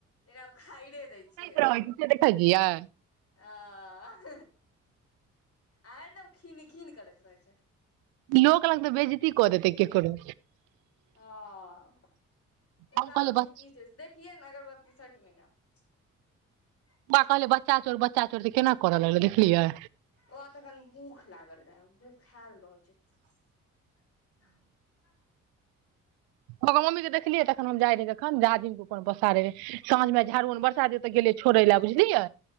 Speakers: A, on the left (about 35°); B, on the right (about 65°).
A: एकरा उखाड़ै दै छियै
B: रहै छै से देखै छियै
A: आ- हीं-ह आ हरिदम खिन-खिन करैत रहैत छै
B: लोक लंग तऽ बेज्जती कऽ देतै ककरो
A: हाँ एकरा
B: हम कहलियै
A: होइ छै
B: बच
A: की छै देखियै नऽ अगरबत्ती <unintelligible>
B: बा-कहलियै बच्चा चोर बच्चा चोर तऽ केना करऽ लगलै देखलियै
A: ओ तखन भूख लागल रह भख ख्ययाल रहै छै <inaudible>
B: हमर मम्मी के देखलियै तखन हम जाइ रहै तखन जाजीम अपन पसारे रहै साँझमे झाड़ू न बरसा जे ओतऽ गेलियै छोड़ै लाए बुझलियै